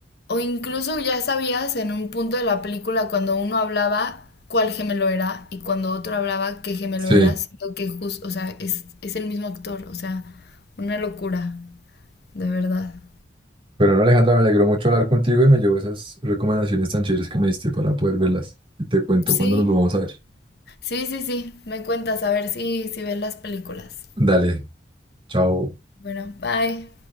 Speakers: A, on the left; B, on the right.
A: o incluso ya sabías en un punto de la película cuando uno hablaba cuál gemelo era y cuando otro hablaba qué gemelo
B: Sí,
A: era, siendo que justo, o sea, es, es el mismo actor, o sea, una locura, de verdad.
B: pero no, Alejandra, me alegró mucho hablar contigo y me llevo esas recomendaciones tan chéveres que me diste para poder verlas. Y te cuento cuando
A: Sí,
B: nos volvamos a ver.
A: sí, sí, sí, me cuentas a ver si, si ves las películas.
B: Dale, chao.
A: Bueno, bye.